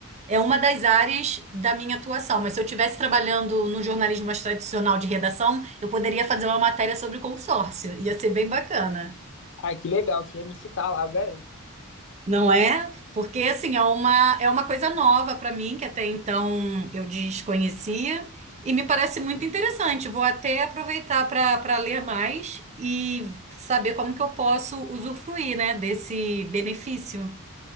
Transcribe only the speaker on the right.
é uma das áreas da minha atuação, mas se eu tivesse trabalhando no jornalismo mais tradicional de redação, eu poderia fazer uma matéria sobre consórcio. Ia ser bem bacana.
Não é? Porque assim, é uma é uma coisa nova para mim que até então eu desconhecia e me parece muito interessante. Vou até aproveitar para para ler mais e saber como que eu posso usufruir, né, desse benefício.